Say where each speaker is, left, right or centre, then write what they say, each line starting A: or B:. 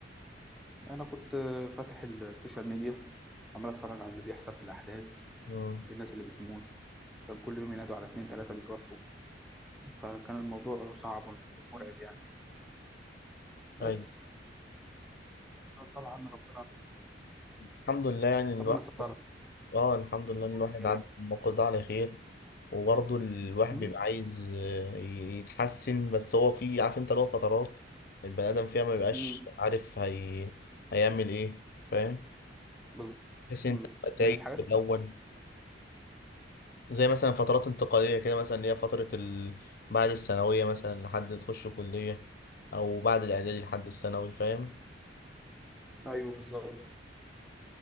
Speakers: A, in the centre; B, on the left.
A: أنا كنت فاتح السوشيال ميديا عمال أتفرج على اللي بيحصل في الأحداث
B: مم.
A: الناس اللي بتموت كان كل يوم ينادوا على اتنين تلاتة بيتوفوا فكان الموضوع صعب ومرعب يعني بس
B: ايوه
A: طبعا ربنا
B: الحمد لله يعني إن
A: ربنا
B: الواحد
A: سترها
B: اه الحمد لله ان
A: والدنيا
B: الواحد عدى
A: بقت
B: الموقف ده على خير وبرضه الواحد
A: مم.
B: بيبقى عايز آه، ي- يتحسن بس هو في عارف انت له فترات البني ادم فيها ما بيبقاش
A: مم.
B: عارف هي... هيعمل ايه فاهم
A: بالظبط
B: بحيث انت
A: مم.
B: تبقى تايه
A: من الحاجات
B: في الاول زي مثلا فترات انتقاليه كده مثلا اللي هي فتره ال... بعد الثانويه مثلا لحد ما تخش كليه او بعد الاعدادي لحد الثانوي فاهم
A: أيوه بالظبط